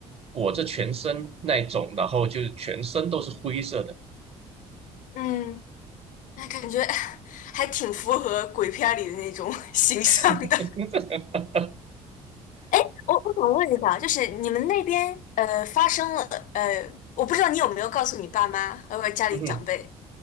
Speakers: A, on the right; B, on the left.
A: 裹着全身那一种，然后就是全身都是灰色的。
B: 嗯，那感觉 <laughs> 还挺符合鬼片儿里的那种 <laughs> 形象的。
A: <laughs>
B: 哎，我我想问一下，就是你们那边呃发生了呃，我不知道你有没有告诉你爸妈，还有家里长辈。
A: 嗯哼